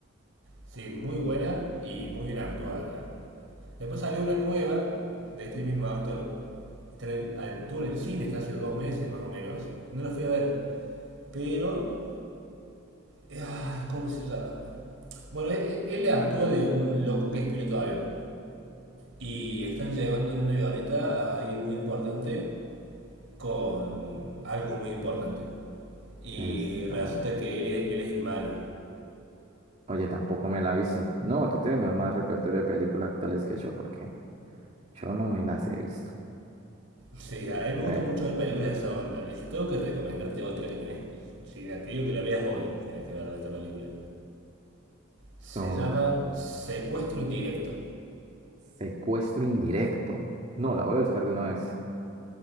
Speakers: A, on the right; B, on the right.
A: Sí, muy buena y muy bien actuada. Después salió una nueva de este mismo actor. Estuvo en el cine hasta hace dos meses más o menos. No la fui a ver. Pero eh, ay, ¿Cómo se llama? Bueno, él e- él, actúa de un loco que es piloto de avión. Y están llevando en una avioneta a alguien muy importante con algo muy importante. Y
B: Es,
A: resulta
B: ah,
A: que él, es- él es el malo.
B: oye, tampoco me la he visto. No, tú tienes más repertorio de películas actuales que yo porque yo no me las he visto.
A: Sí, a mí me gusta
B: Eh,
A: mucho ver películas de esa onda. Y si tengo que recomendarte otra que tenés, si te digo que la veas hoy, tenés que verla esta película. Se
B: No,
A: llama Secuestro en directo.
B: secuestro indirecto. No, la voy a buscar de una vez.